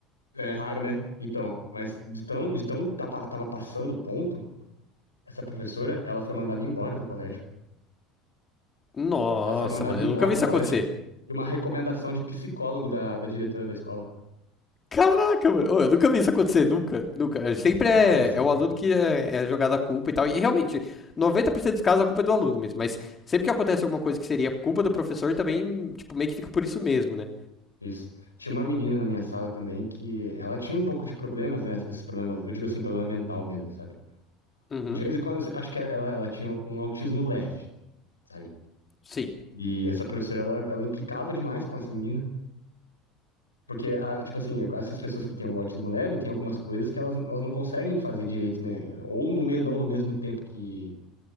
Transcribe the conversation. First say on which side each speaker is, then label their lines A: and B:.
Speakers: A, on the left; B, on the left.
A: é raro, né? Então, mas de tão, de tão tapa- tava passando o ponto, essa professora, ela foi mandada embora do colégio.
B: Nossa,
A: Ela foi mandada
B: mano,
A: embora
B: eu nunca vi isso
A: do colégio
B: acontecer.
A: e uma recomendação de psicólogo da, da diretora da escola.
B: Caraca, mano. Ô, eu nunca vi isso acontecer, nunca, nunca. É, Sempre é,
A: Aconteceu.
B: é o aluno que é, é jogado a culpa e tal. E realmente, 90% dos casos a culpa é do aluno mesmo. Mas sempre que acontece alguma coisa que seria culpa do professor, também, tipo, meio que fica por isso mesmo, né?
A: Isso. Tinha uma menina na minha sala também que ela tinha um pouco de problemas, né? Esses problemas, eu digo assim, problema mental mesmo, sabe?
B: Uhum,
A: De vez em quando, acho que ela, ela tinha um autismo leve, sabe?
B: sim.
A: E essa professora, ela, ela implicava demais com essa menina. Porque, a- tipo assim, essas pessoas que têm o autismo leve, tem algumas coisas que elas, elas não conseguem fazer direito, né? Ou no, me- não no mesmo tempo que,